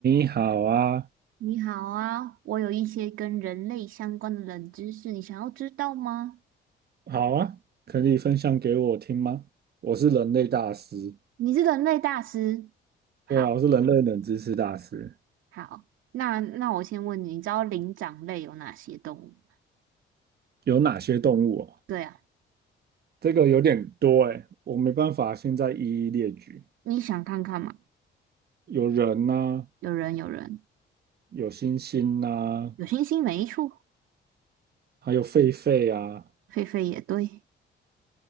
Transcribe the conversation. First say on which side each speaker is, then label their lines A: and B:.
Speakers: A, on the right (about 55°); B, on the right (about 85°).
A: 你好啊，
B: 你好啊，我有一些跟人类相关的冷知识，你想要知道吗？
A: 好啊，可以分享给我听吗？我是人类大师，
B: 你是人类大师。好，
A: 对啊，我是人类冷知识大师。
B: 好，那那我先问你，你知道灵长类有哪些动物吗？
A: 有哪些动物哦？
B: 对啊，
A: 这个有点多哎，我没办法现在一一列举。
B: 你想看看吗？
A: 有人呐、
B: 有人，有人，
A: 有猩猩呐、
B: 有星星没错，
A: 还有狒狒啊，
B: 狒狒也对，